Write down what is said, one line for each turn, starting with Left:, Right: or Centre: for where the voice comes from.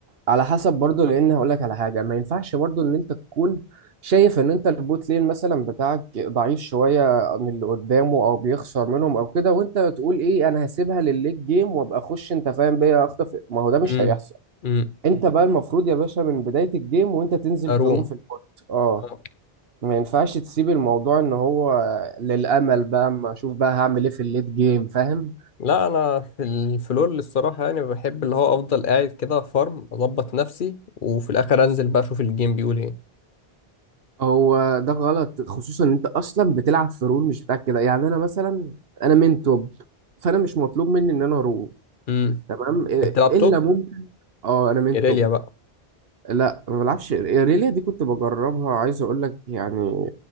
Right: على حسب برضو لان هقول لك على حاجه ما ينفعش برضو ان انت تكون شايف ان انت البوت لين مثلا بتاعك ضعيف شويه من اللي قدامه او بيخسر منهم او كده وانت بتقول ايه انا هسيبها للليج جيم وابقى اخش انت فاهم بيا اخطف ما هو ده مش
Left: امم
Right: هيحصل
Left: امم
Right: انت بقى المفروض يا باشا من بدايه الجيم وانت تنزل
Left: اروم
Right: تروم في البوت اه
Left: آه.
Right: ما ينفعش تسيب الموضوع ان هو للامل بقى اما اشوف بقى هعمل ايه في الليت جيم فاهم
Left: لا انا في الفلور الصراحه يعني بحب اللي هو افضل قاعد كده فارم اظبط نفسي وفي الاخر انزل بقى اشوف الجيم بيقول ايه
Right: هو ده غلط خصوصا ان انت اصلا بتلعب في رول مش بتاعك كده يعني انا مثلا انا من توب فانا مش مطلوب مني ان انا رو
Left: امم
Right: تمام إيه-
Left: انت بتلعب
Right: الا
Left: توب
Right: ممكن اه انا من
Left: ايريليا
Right: توب
Left: بقى
Right: لا ما بلعبش ايريليا دي كنت بجربها عايز اقول لك يعني